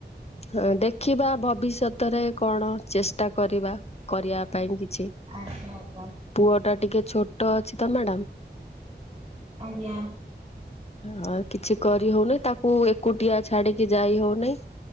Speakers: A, on the left; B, on the right.
A: ହ ଦେଖିବା ଭବିଷ୍ୟତରେ କଣ ଚେଷ୍ଟା କରିବା କରିବା ପାଇଁ କିଛି
B: ଆଜ୍ଞା ଆଜ୍ଞ
A: ପୁଅ ଟା ଟିକେ ଛୋଟ ଅଛି ତ ମ୍ୟାଡ଼ାମ
B: ଆଜ୍ଞା
A: ହ କିଛି କରି ହଉନାଇଁ ତାକୁ ଏକୁଟିଆ ଛାଡିକି ଯାଇ ହଉନାଇଁ